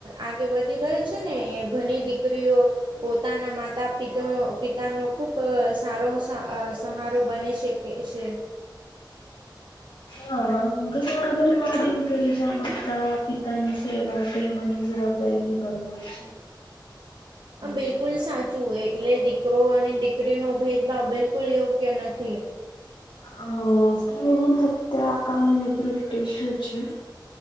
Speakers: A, on the right; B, on the left.
A: આગે વધી રહી છે. છે ને એ ઘણી દીકરીઓ પોતાના માતા પિત પિતાનો ખૂબ સારો સહારો બને છે. કે એ છે.
B: હા ઘણા ઘર મા દિન કરી જા માતા પિતા પોતાની સેવા આપે માની જવાબદારી નિભાઈ હોય છે.
A: આ બિલકુલ સાચું હોય એટલે દીકરો અને દીકરીનો ભેદભાવ બિલકુલ યોગ્ય નથી
B: અ સ્ત્રી ગુણ હત્યા કાનુની દૃષ્ટિ શું છે.